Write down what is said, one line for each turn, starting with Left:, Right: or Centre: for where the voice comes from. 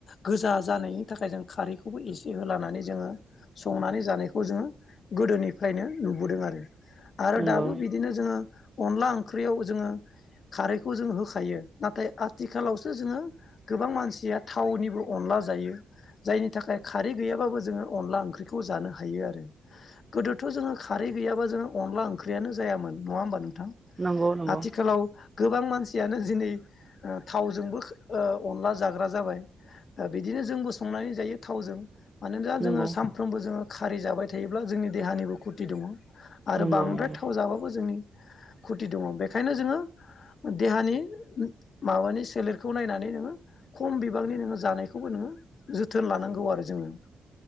Left: गोजा जानायनि थाखाय जों खारैखौबो एसे होलानानै जोङो संनानै जानायखौ जोङो गोदोनिफ्रायनो नुबोदों आरो आरो
Right: नंगौ
Left: दाबो बिदिनो जोङो अनला ओंख्रियाव जोङो खारैखौ जों होखायो नाथाय आथिखालावसो जोङो गोबां मानसिया थावनिबो अनला जायो जायनि थाखाय खारै गैयाबाबो जोङो अनला ओंख्रिखौ जानो हायो आरो गोदोथ' जोङो खारै गैयाबा जोङो अ अनला ओंख्रियानो जायामोन नङा होनबा नोंथां
Right: नंगौ नंगौ
Left: आथिखालाव गोबां मानसियानो दिनै थावजोंबो ओ अनला जाग्रा जाबाय बिदिनो जोंबो संनानै जायो थावजों मानोना
Right: नंगौ
Left: जोङो सानफ्रोमबो जोङो खारै जाबाय थायोब्ला जोंनि देहानिबो खुरथि दङ आरो
Right: नंगौ
Left: बांद्राय
Right: नंगौ
Left: थाव जाबाबो जोंनि खुरथि दङ बेखायनो जोङो देहानि माबानि सोलेरखौ नायनानै नोङो खम बिबांनि नोङो जानायखौबो नो जोथोन लानांगौ गौ आरो जोङो